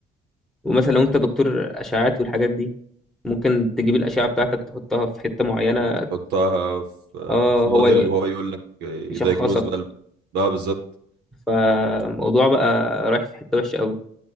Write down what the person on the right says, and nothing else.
وبتحطها في
في
موديل وهو يقول لك يدايجنوز
بقى ال- اه بالظبط